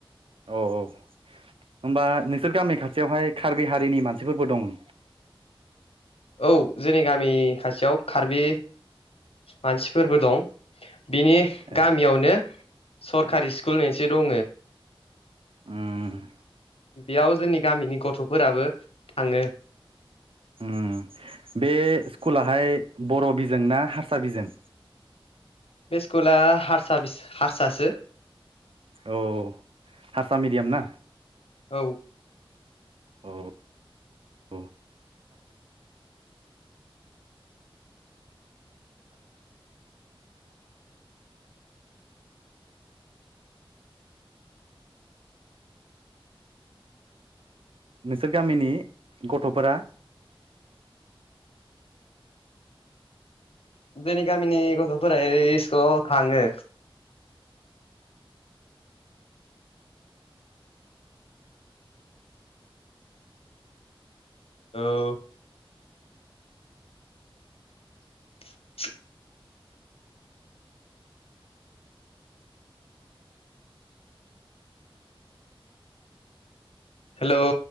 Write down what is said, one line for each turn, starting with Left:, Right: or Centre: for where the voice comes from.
Right: औ औ। होमबा नोंसोर गामि खाथियावहाय कार्बि हारिनि मानसिफोरबो दं?
Left: औ जोंनि गामि खाथियाव कार्बि मानसिफोरबो दं। बिनि
Right: ए
Left: गामियावनो सरखारि स्कुल मोनसे दङो।
Right: उम
Left: बेयाव जोंनि गामिनि गथ' फोराबो थाङो।
Right: उम बे स्कुलाहाय बर' बिजों ना हारसा बिजों?
Left: बे स्कुला हारसा बिस हारसासो।
Right: औ हारसा मिडियाम ना?
Left: औ।
Right: अह अह। नोंसोर गामिनि गथ'फोरा
Left: जोंनि गामिनि गथ'फोरा ऐ इस्कुलाव थाङो। ओ <inaudible> हेलौ